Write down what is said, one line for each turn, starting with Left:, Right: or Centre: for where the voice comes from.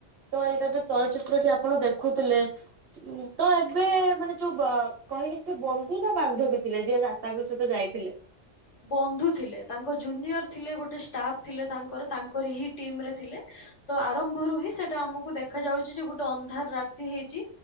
Right: ତ ଏଇଟା ଯୋଉ ଚଳଚି ତ୍ରଟି ଆପଣ ଦେଖୁଥିଲେ, ତ ଏବେ ମାନେ ଯୋଉ କହିଲେ ସେ ବନ୍ଧୁ ନା ବା ବାନ୍ଧବୀ ଥିଲେ? ଯିଏ ତା ତାଙ୍କ ସହିତ ଯାଇଥିଲେ।
Left: ବନ୍ଧୁ ଥିଲେ। ତାଙ୍କ ଜୁନିୟର ଥିଲେ ଗୋଟେ ଷ୍ଟାଫ ଥିଲେ ତାଙ୍କର ତାଙ୍କର ହି ଟିମ ରେ ଥିଲେ। ତ ଆରମ୍ଭରୁ ହିଁ ସେଟା ଆମକୁ ଦେଖା ଯାଉଛି ଯେ ଗୋଟେ ଅନ୍ଧାର ରାତି ହେଇଚି